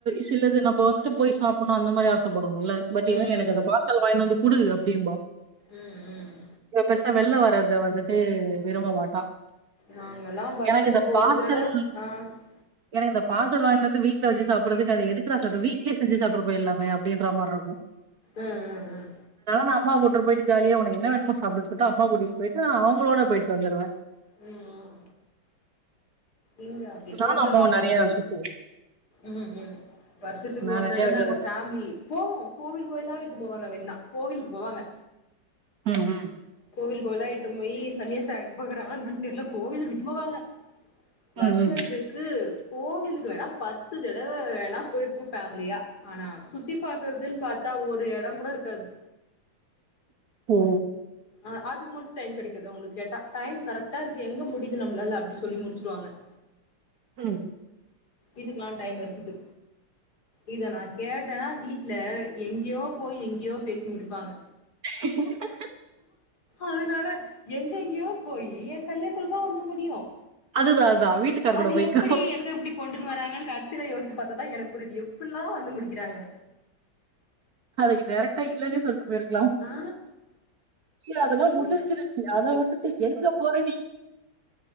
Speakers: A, on the right; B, on the left.
A: சிலது நம்ப வந்துட்டு போய் சாப்புண்ணோ அந்த மாரி ஆசப்படுவோம்ல பட்
B: ம்
A: இவன் எனக்கு அதை பார்சல் வாங்கினு வந்து குடூ அப்டிம்பா
B: ம் ம்
A: இவ பெருசா வெள்ல வர்றத வந்துட்டு விரும்ப மாட்டா
B: நாங்கல்லா வருஷத்துக்கு
A: எனக்கு இந்த பார்சல்
B: ஒரு தட ஆ ம்
A: எனக்கு இந்த பார்சல் வாங்கினு வந்து வீட் செஞ்சு சாப்படுறதுக்கு அத எதுக்குடா சொன்ன வீடலியே செஞ்சு சாப்ட்டுறு பொயில்லாம அப்படின்ற மாரி இருக்கு
B: ம் ம் ம்
A: அம்மாவ கூட்டிட்டு போயிட்டு ஜாலியா உனக்கு என்ன வேனுமோ சாப்டுனு சொல்லிட்டு அப்பாவ கூட்டிட்டு போயிட்டு அவங்களோட போயிட்டு வந்துருவே
B: உம் இங்க அங்க டோட்டல்
A: நானு அம்மாவு
B: ஆப்போசிட்
A: நெறையா சுத்துவோ
B: ம் ம் வருஷத்துக்கு
A: நா
B: ஒரு
A: நெறையா
B: தடவை
A: வெளில
B: நாங்க பாமிலி போவோம் கோவில் கோயிலா இட்டு போவாங்க வேண்ணா கோவிலுக்கு போவாங்க
A: ம் ம்
B: கோவில் கோலாயிட்டு போய் சன்னியாசி ஆக்கி பாக்குறாங்களா இன்னா தெர்ல கோவிலுக்கு இட்டுனு போவாங்க வருஷத்துக்கு
A: ம் ம்
B: கோவிலுக்கு வேணா பத்து தடவ வேணா போயிருப்போ பேமிலியா ஆனா சுத்தி பாக்குறதுன்னு பாத்தா ஒரு எடம் கூட இருக்காது
A: ஓ ஓ
B: ஆ அதுக்கு மட்டு டைம் கடைக்கது அங்களுக்கு கேட்டா டைம் கரெக்டா இருக்கு எங்க முடிது நம்ளால அப்னுடி சொல்லி முடிச்சிருவாங்க <inaudible>
A: ம்
B: இதுக்கெல்லா டைம் இருக்குது இத நான் கேட்டேன் வீட்டுல எங்கியோ போய் எங்கியோ பேசி முடிப்பாங்க
A: <inaudible>
B: அதனால எங்க எங்கயோ போயி எ கல்யாணத்துல தா வந்து முடியும்
A: அதுதா அதுதா வீட்டுக்கார்
B: அது
A: கூட போய்க்கோ
B: எப்படி எங்க இப்டி கொண்டுனு வராங்கன்னு கட்சில யோசிச்சு பாத்தாதா எனக்கு புரிது எப்பில்லா வந்து முடிகிறாங்க
A: அதுக்கு டைரெக்டா இல்லன்னே சொல்ட்டு போயிருக்கலா முடியாதுண
B: ஆ
A: முடிஞ்சிருச்சு
B: ஏ
A: அத உட்டுட்டு எங்க போற நீ